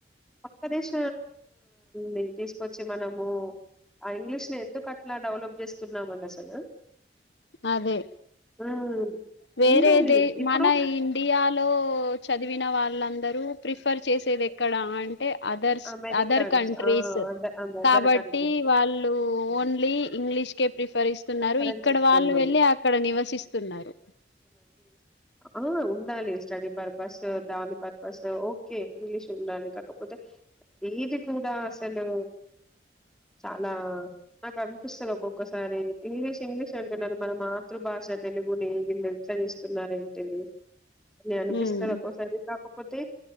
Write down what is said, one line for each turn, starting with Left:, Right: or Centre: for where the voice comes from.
Centre: పక్క దేశ ని తీసుకొచ్చి మనము ఆ ఇంగ్లీష్ ని ఎందుకు అట్లా డెవలప్ చేస్తున్నామని అసలు
Left: అదే
Centre: హ్మ్
Left: వేరే
Centre: ఉండాలి
Left: ద
Centre: ఇప్పుడు
Left: మన ఇండియాలో చదివిన వాళ్ళందర్ ప్రిఫర్ చేసేది ఎక్కడ అ అంటే అదర్
Centre: అమెరికన్స్
Left: అదర్ కంట్రీస్
Centre: ఆ అద అదర్
Left: కాబట్టి
Centre: కంట్రీస్
Left: వాళ్ళు ఓన్లీ ఇంగ్లిష్ కె ప్రిఫరిస్తున్నారు
Centre: ప్రిఫరెన్స్
Left: ఇక్కడ
Centre: ఇస్తున్నారు
Left: వాళ్ళు వెళ్ళి అక్కడ నివసిస్తున్నారు
Centre: అవును ఉండాలి స్టడీ పర్పస్ దాని పర్పస్ ఓకే ఇంగ్లీష్ ఉండాలి కాకపోతే ఇది కూడా అసలు చాలా నాకు అనిపిస్తుంది ఒక్కొక్కసారి ఇంగ్లీష్ ఇంగ్లీష్ అంటున్నారు మన మాతృభాష తెలుగుని వీళ్ళు ఎట్లా చేస్తున్నారంటె న అనిపిస్తాది
Left: ఉమ్
Centre: ఒక సారి కాక కాకపోతే